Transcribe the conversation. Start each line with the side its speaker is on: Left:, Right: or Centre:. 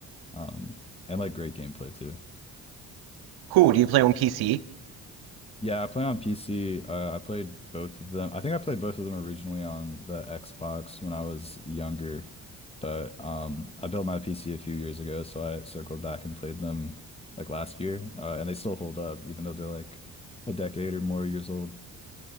Left: Um, and like great gameplay too.
Right: Cool. Do you play on PC?
Left: Yeah, I play on PC. Uh, I played both of them. I think I played both of them originally on the Xbox when I was younger, but um, I built my PC a few years ago, so I circled back and played them like last year, uh, and they still hold up, even though they're like a decade or more years old.